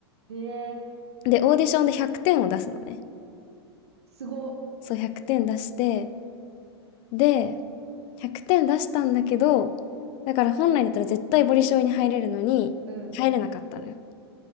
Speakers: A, on the right; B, on the left.
A: ええ
B: で、オーディションで100点を出すのね。
A: ー、すご、
B: そう、100点出して、で、100点出したんだけど、だから本来だったら絶対ボリショイに入れるのに、
A: うん、
B: 入れなかったのよ。